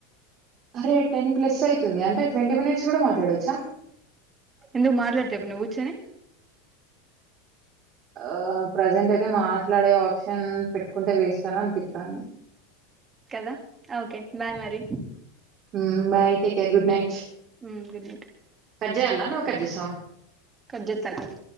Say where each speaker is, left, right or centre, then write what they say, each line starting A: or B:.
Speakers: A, on the right; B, on the right.
A: అరే టెన్ ప్లస్ అయితుంది అంటే ట్వంటీ మినిట్స్ కూడా మాట్లాడొచ్చా
B: ఎందుకు మాట్లాడుతావా నువ్వు ఇప్పుడు కూర్చొని
A: ఆ ప్రజెంట్ అయితే మాట్లాడే ఆప్షన్ పెట్టుకుంటే వేస్ట్ అని అనిపిత్తంది
B: కదా ఓకే బాయ్ మరి
A: um bye take care good night
B: um good night
A: కట్జేయాల్ల నువ్వు కట్జేస్సావ
B: కట్ జేత్తన ఆగు